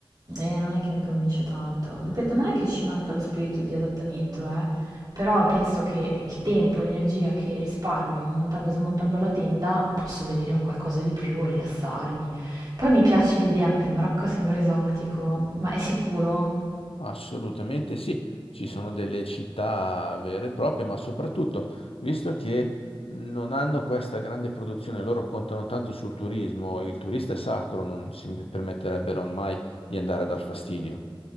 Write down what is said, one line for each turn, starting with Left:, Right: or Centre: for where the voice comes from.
Right: Eh, non è che mi convince tanto. Ripeto, non è che ci manca lo spirito di adattamento, eh, però penso che il tempo e l'energia che risparmio montando e smontando la tenda posso vedere un qualcosa di più, rilassarmi. Poi mi piace l'idea, beh, Marocco sembra esotico, ma è sicuro?
Left: Assolutamente sì, ci sono delle città vere e proprie, ma soprattutto, visto che non hanno questa grande produzione, loro contano tanto sul turismo, il turista è sacro, non si permetterebbero mai di andare a dar fastidio.